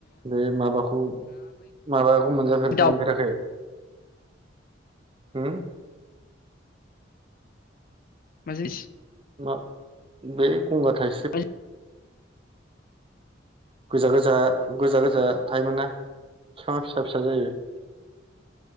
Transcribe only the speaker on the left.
दाउ
मा जिनिस
ओ